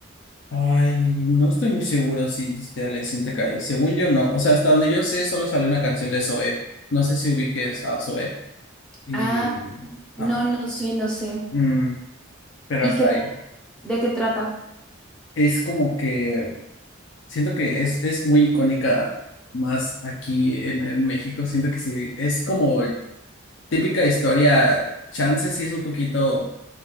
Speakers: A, on the left; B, in the centre.
A: Ay, no estoy muy seguro si de Alex Sintek Según yo, no. O sea, hasta donde yo sé, solo sale una canción de Zoe. No sé si ubiques a Zoe. Y.
B: Ah, no,
A: Ajá.
B: no sé, no sé.
A: Mm, pero
B: ¿Y
A: hasta
B: qué,
A: ahí.
B: de qué trata?
A: Es como que. Siento que es, es muy icónica más aquí en, en México. Siento que sí. Es como típica historia. Chance sí es un poquito.